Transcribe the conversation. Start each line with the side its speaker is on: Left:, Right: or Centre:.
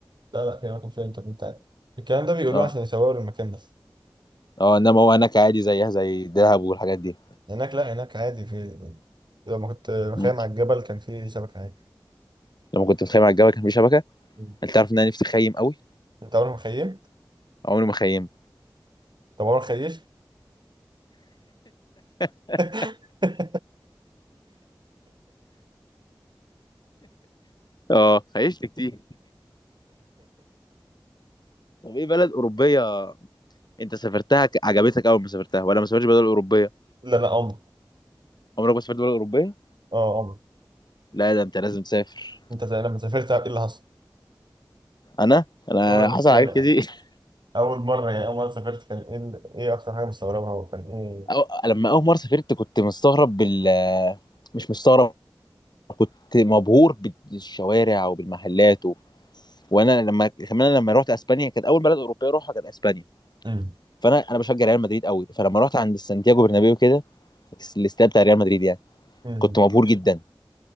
Right: لا لا في اماكن فيها انترنت عادي الكلام ده بيقولوه
Left: اه
Right: عشان يصوروا المكان بس
Left: اه انما هو هناك عادي زيها زي دهب والحاجات دي
Right: هناك لا هناك عادي في لما كنت مخيم
Left: مم.
Right: على الجبل كان في شبكة عادي
Left: لما كنت متخيم على الجبل كان في شبكة
Right: مم.
Left: انت عارف ان انا نفسي اخيم قوي
Right: انت عمرك مخيم؟
Left: عمري ما خيمت
Right: طب عمرك خيش؟
Left: <laughs>
Right: <laughs>
Left: اه خيشت كتير طب ايه بلد اوروبيه انت سافرتها ك- عجبتك اول ما سافرتها ولا ما سافرتش بلد اوروبيه
Right: لا لا عمر
Left: عمرك ما سافرت بلد اوروبيه
Right: اه عمر
Left: لا ده انت لازم تسافر
Right: انت زي لما سافرت ايه اللي حصل؟
Left: انا انا
Right: اه بس
Left: حصل حاجات
Right: يعني
Left: كتير
Right: أول مرة يعني أول مرة سافرت كان إيه ال- إيه أكتر حاجة مستغربها وكان إيه
Left: <laughs> أو... لما اول مره سافرت كنت مستغرب بال مش مستغرب كنت مبهور بالشوارع وبالمحلات و... وانا لما كمان لما رحت اسبانيا كانت اول بلد اوروبيه اروحها كانت اسبانيا
Right: امم
Left: فانا انا بشجع ريال مدريد قوي فلما رحت عند سانتياغو برنابيو كده الاستاد بتاع ريال مدريد يعني
Right: مم.
Left: كنت مبهور جدا